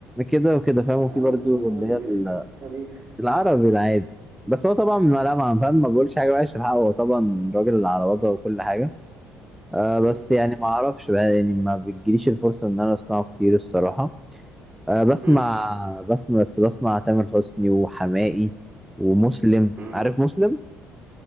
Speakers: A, in the centre; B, on the right.
A: كده وكده فاهم وفي
B: لا يا
A: برضو
B: عمرو
A: اللي
B: دياب
A: هي ال-
B: تاريخ
A: العربي العادي بس هو طبعا ما لا ما فاهم ما بقولش حاجه وحشه في حقه هو طبعا راجل على وضعه وكل حاجه آه بس
B: مم.
A: يعني ما اعرفش بقى يعني ما بتجيليش الفرصه ان انا اسمعه كتير الصراحه آه بسمع
B: مم.
A: بسمع بس بسمع تامر حسني وحماقي ومسلم
B: مم.
A: عارف مسلم